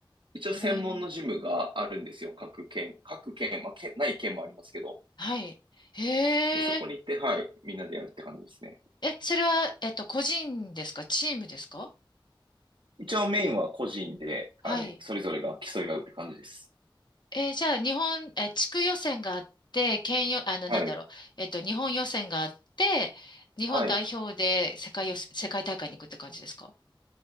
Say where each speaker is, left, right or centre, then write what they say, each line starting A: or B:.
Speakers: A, on the right; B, on the left.
A: 一応、
B: へえ、
A: 専門のジムがあるんですよ、各県。各県、まあ、県、ない県もありますけど。
B: はい。へ
A: で、そこに行って、
B: え、
A: はい、みんなでやるって感じですね。
B: え、それは、えっと、個人ですかチームですか
A: 一応メインは個人で、
B: はい。
A: あれ、それぞれが競い合うって感じです。
B: えーじゃあ、日本、えー、地区予選があって、県予、あの、
A: はい。
B: なんだろう、えっと、日本予選があって、日本代表で世界予選、
A: はい。
B: 世界大会に行くって感じですか